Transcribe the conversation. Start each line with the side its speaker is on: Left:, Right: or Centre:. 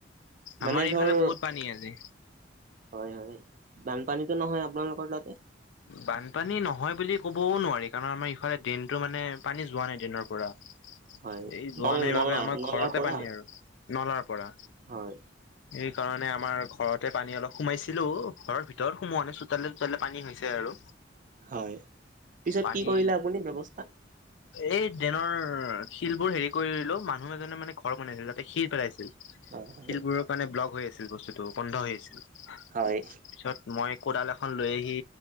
Left: আমাৰ
Right: মানে
Left: এইফালে
Right: ধৰ
Left: বহুত পানী আজি
Right: হয় হয়, বানপানীটো নহয় আপোনালোকৰ তাতে?
Left: বানপানী নহয় বুলি ক'বও নোৱাৰি, কাৰণ আমাৰ ইফালে ডেনতো মানে পানী যোৱা নাই ড্ৰেইনৰ পৰা। <inaudible>
Right: হয়
Left: এই যোৱা
Right: নল
Left: নাই
Right: নলা
Left: বাবে আমাৰ
Right: নলাৰ
Left: ঘৰতে
Right: পৰা
Left: পানী আৰু নলাৰ পৰা।
Right: হয়
Left: সেইকাৰণে আমাৰ ঘৰতে পানী অলপ সোমাইছিলো, ঘৰৰ ভিতৰত সোমোৱা নাই, চোতালে চোতালে পানী হৈছে আৰু।
Right: হয়। পিছত
Left: পানী
Right: কি কৰিলে আপুনি ব্যৱস্থা?
Left: এই ড্ৰেনৰ শিলবোৰ হেৰি কৰিলো। মানুহ এজনে মানে ঘৰ বনাইছিল, তাতে শিল পেলাইছিল।
Right: হয় হয়
Left: শিলবোৰৰ কাৰণে ব্লক হৈ আছিল বস্তুটো, বন্ধ হৈ আছিল
Right: হয়
Left: তাৰপিছত মই কোডাল এখন লৈ আহি